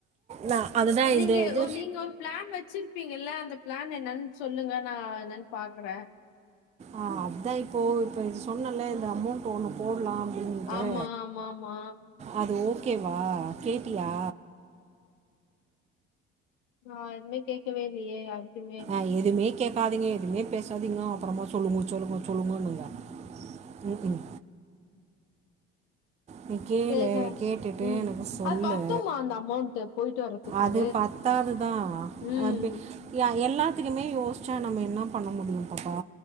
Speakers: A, on the right; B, on the left.
A: நா அதுதா
B: நீங்க
A: இந்த இது
B: ஒ நீங்க ஒரு பிளான் வெச் சிருப்பீங்கில்ல அந்த பிளான் என்னன் சொல்லுங்க நா அத பாக்குற
A: அ அத்தா இப்போ இப்ப இது சொன்னல்ல இந்த அமௌண்ட் இப்ப ஒன்னு போட்லா அப்டிங்ன்னுட்டு
B: ஆமா ஆமா ஆமா
A: அது ஓக்கேவா கேட்டியா
B: நா எதுமே கேக்குவேலியே யார்ட்டியுமே
A: அ எதுமே கேக்காதீங்க எதுமே பேசாதீங்க அப்றமா சொல்லுங்கோ சொல்லுங்கோ சொல்லுங்குங்கோன்னுங்க ம்ஹ்ம் நீ கேளூ
B: கேக்குறே
A: கேட்டுட்டு
B: ம்
A: எனக்கு சொல்லு
B: அது பத்துமா அந்த அமௌண்ட் போயிட்டு வர்றதுக்கு
A: அது பத்தாதுதா
B: ம்
A: <inaudible> யா எல்லாத்துகும்மே யோஸ்ச்சா நம்ம இன்ன பண்ண முடியு பாப்பா